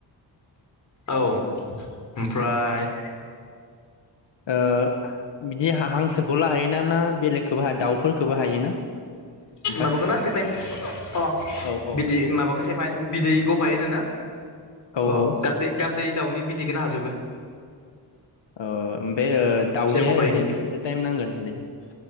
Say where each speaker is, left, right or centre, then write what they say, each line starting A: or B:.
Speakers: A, on the left; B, on the left.
A: औ ओमफ्राय
B: ओ बिदि हांसोखौल' हायोना ना बेलेगखौबो हाया दाउफोरखौबो हायोना? नोंथां?
A: माबाखौना सेफाय अ
B: औ औ
A: बिदि माबाखौ सेफाय बिदै गफायोनो ना?
B: औ
A: अ
B: ओ
A: गासै गासै फै दाउनि बिदैखौ नों हाजोबो
B: ओ ओम ओमफ्राय ओ दाउनिया
A: फिसा गफायैनो
B: ओरैनो बेसेसो टाइम नांगोन ओरैनो